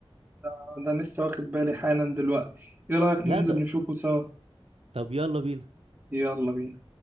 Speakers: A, on the right (about 20°); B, on the right (about 80°).
A: ده ده أنا لسه واخد بالي حالا دلوقتي ايه رايك
B: لا
A: ننزل
B: ده
A: نشوفه سوا
B: طب يلا بينا
A: يلا بينا